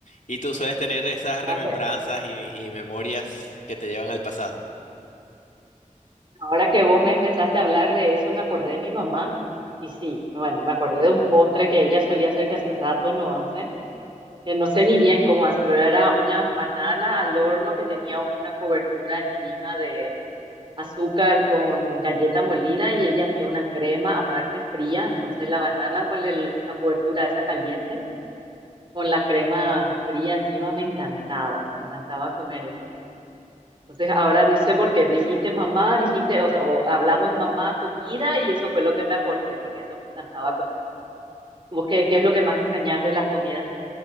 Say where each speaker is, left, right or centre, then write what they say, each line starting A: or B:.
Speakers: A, on the left; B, on the right.
A: ¿Y tú sueles tener esas remembranzas
B: Ya sé.
A: y, y memorias que te llevan al pasado?
B: Ahora que vos me empezaste a hablar de eso, me acordé de mi mamá y sí, bueno, me acordé de un postre que ella solía hacer que hace rato no hace. que No sé ni bien cómo hace, pero era una banana al horno que tenía una cobertura encima de azúcar con galleta molida y ella hacía una crema aparte fría, entonces la banana con el- la cobertura esa caliente, con la crema fría encima me encantaba, me encantaba comer eso. Entonces ahora no sé por qué dijiste mamá, dijiste, o sea, o hablamos de mamá, comida y eso fue lo que me acordé, porque eso me encantaba comer. ¿Vos qué, qué es lo que más extrañas de las comidas?